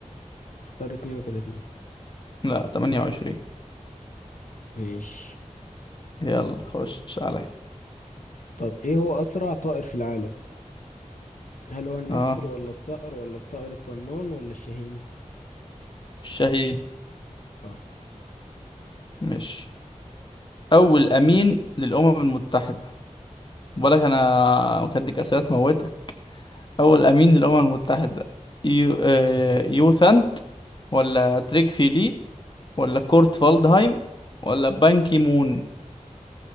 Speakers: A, on the left; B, on the left.
A: اختار 32
B: لا تمانية وعشرين.
A: ماشي
B: يلا خش عليا
A: طب ايه هو اسرع طائر في العالم هل هو النسر
B: اه
A: ولا الصقر ولا الطائر الطنان ولا الشاهين
B: الشهي
A: صح
B: مش اول امين للامم المتحده بالك انا مكدك اسئله موتك اول
A: مم.
B: امين للامم المتحده يو آه، يو ثانت ولا تريج فيلي ولا كورت فالدهايم ولا بان كي مون